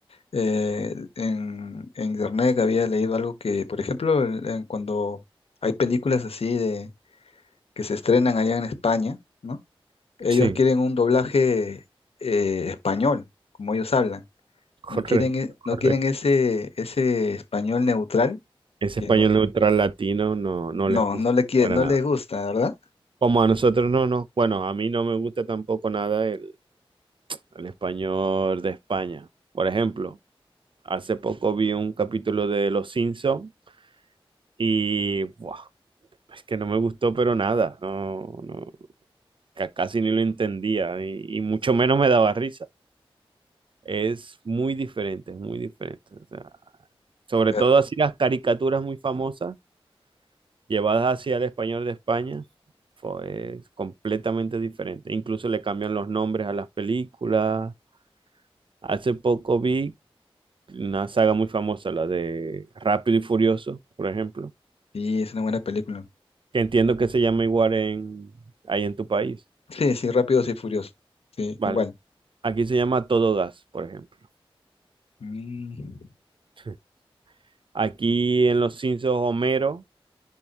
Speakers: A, on the left; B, on the right.
A: eh, en, en internet que había leído algo que, por ejemplo, en- en cuando hay películas así de que se estrenan allá en España, ¿no? Ellos
B: Sí,
A: quieren un doblaje eh, español, como ellos hablan.
B: correcto,
A: No quieren, e-
B: correcto.
A: no quieren ese, ese español neutral
B: Ese
A: que
B: español
A: no,
B: neutral latino no, no
A: no,
B: les gusta
A: no le quiere,
B: para
A: no
B: nada.
A: les gusta, ¿verdad?
B: Como a nosotros no, no. Bueno, a mí no me gusta tampoco nada el, el español de España. Por ejemplo, hace poco vi un capítulo de Los Simpson y ¡buah! es que no me gustó, pero nada. No, no, ca- casi ni lo entendía y y mucho menos me daba risa. Es muy diferente, es muy diferente. O sea, sobre todo
A: Eh,
B: así las caricaturas muy famosas llevadas hacia el español de España, fue- es completamente diferente. Incluso le cambian los nombres a las películas. Hace poco vi una saga muy famosa, la de Rápido y Furioso, por ejemplo,
A: Sí, es una buena película.
B: que entiendo que se llama igual en, ahí en tu país.
A: Sí, sí, Rápidos y Furiosos. Sí,
B: Vale,
A: igual.
B: aquí se llama Todo Gas, por ejemplo.
A: Mm.
B: <laughs> Aquí en Los Simpsons, Homero